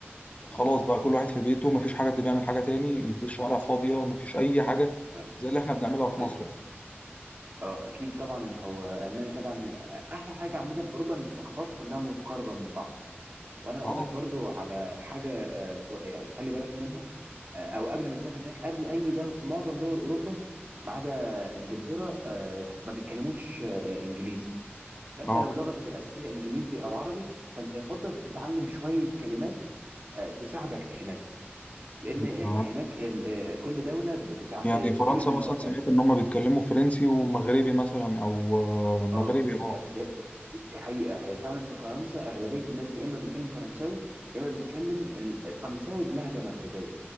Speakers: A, on the left; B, on the right.
A: خلاص
B: مم.
A: بقى كل واحد في بيته مفيش حاجة حد بيعمل حاجة تاني الشوارع فاضية
B: مم.
A: مفيش أي حاجة
B: اه
A: زي اللي احنا بنعملها في
B: ايوه
A: مصر
B: اه اكيد طبعا هو المانيا طبعا احلى حاجه عامه في اوروبا ان الثقافات كلها متقاربه من بعض وانا هقول
A: اه
B: لك برضو على حاجه آه، كو- يعني خلي بالك منها آه، او قبل ما تسافر هناك قبل اي دول معظم دول اوروبا ما عدا انجلترا آه، ما بيتكلموش آه، انجليزي فانت
A: اه
B: لو لغتك الاساسيه انجليزي او عربي فانت يفضل تتعلم شويه كلمات آه، تساعدك هناك لان
A: <laughs>
B: آه،
A: آه.
B: هناك ال- آه، كل دوله بتتع...
A: يعني
B: آه، بتتكلم
A: فرنسا
B: اللغه
A: مثلا
B: بتاعتها
A: سمعت إن هما بيتكلموا فرنسي ومغربي مثلا أو آه، مغربي
B: اه
A: اه
B: دي, دي, دي دي حقيقه هي فعلا في فرنسا اغلبيه الناس يا اما بيتكلم فرنساوي يا اما بيتكلم ال- فرنساوي بلهجه مغربيه